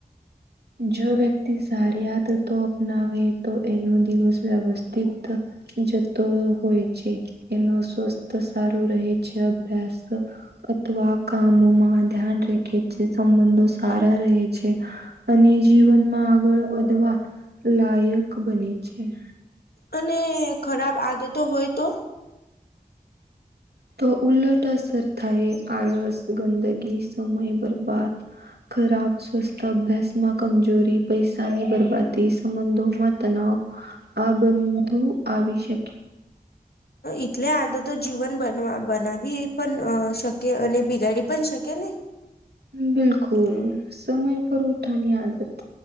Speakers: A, on the right (about 90°); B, on the left (about 75°).
A: જો વ્યક્તિ સારી આદતો અપનાવે તો એનો દિવસ વ્યવસ્થિત જતો હોય છે એનો સ્વસ્થ સારું રહે છે. અભ્યાસ અથવા કામોમાં ધ્યાન રાખે છે સંબંધો સારા રહે છે અને જીવનમાં આગળ વધવા લાયક બને છે.
B: અને ખરાબ આદતો હોય તો
A: તો ઉલટ અસર થાય આળસ ગંદગી સમય બરબાદ ખરાબ સ્વસ્થ અભ્યાસમાં કમજોરી, પૈસાની બરબાદી સંબંધોમાં તનાવ આ બધું આવી શકે
B: એટલે આદતો જીવન બન બનાવી પણ શકે અને બિગાડી પણ શકે ને
A: બિલકુલ સમય પર ઉઠવાની આદત